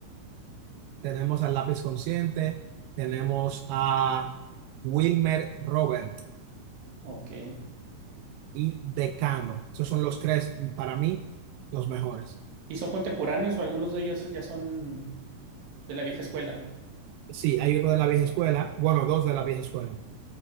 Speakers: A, on the right (about 80°); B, on the right (about 65°).
A: Tenemos al Lápiz Consciente, tenemos a Wilmer Robert
B: Ok.
A: y Decano. Esos son los tres, para mí, los mejores.
B: ¿Y son contemporáneos o algunos de ellos ya son de la vieja escuela?
A: Sí, hay uno de la vieja escuela, bueno, dos de la vieja escuela.